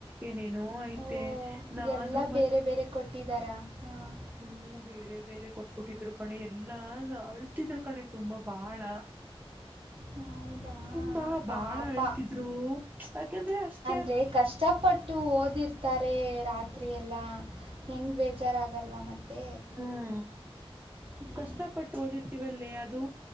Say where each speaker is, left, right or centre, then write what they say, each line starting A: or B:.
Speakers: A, on the right; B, on the right.
A: ಏನೇನೋ ಆಐ್ತೆ
B: ಓ
A: ನಾನು
B: ಎಲ್ಲ
A: ಮತ್
B: ಬೇರೆ ಬೇರೆ ಕೊಟ್ಟಿದ್ದಾರಾ ಹಾಂ
A: ಹ್ಮ್ ಬೇರೆ ಬೇರೆ ಕೊಟ್ಟ ಹುಟ್ಟಿದರು ಕಣೆ ಎಲ್ಲಾ ಅಳ್ಸಿದ್ರು ಕಣೆ ತುಂಬಾ ಬಾಳ
B: ಹೌದಾ
A: ತುಂಬಾ ಬಾಳ
B: ಪಾಪ
A: ಅಳ್ತಿದ್ರು ಯಾಕಂದ್ರೆ ಅಷ್ಟ
B: ಆದರೆ ಕಷ್ಟಪಟ್ಟು ಓದಿರ್ತಾರೆ ರಾತ್ರಿ ಎಲ್ಲ ಹೆಂಗ್ ಬೇಜಾರ್ ಆಗಲ್ವಾ ಮತ್ತೆ
A: ಹ್ಮ್
B: ಹ್ಮ್,
A: ಕಷ್ಟಪಟ್ಟು ಓದಿರ್ತಿೀವಲ್ಲೇ ಅದು